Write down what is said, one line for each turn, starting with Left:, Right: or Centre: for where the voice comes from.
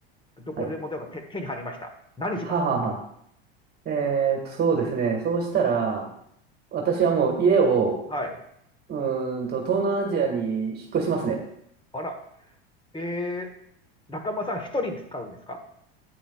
Left: どこでもドアが手手に入りました。
Right: はい。
Left: 何します
Right: はあはあはあ。えーっと、そうですね。そうしたら、私はもう家を、
Left: はい。
Right: うーんと、東南アジアに引っ越しますね。
Left: あら、えー、中村さん一人で使うんですか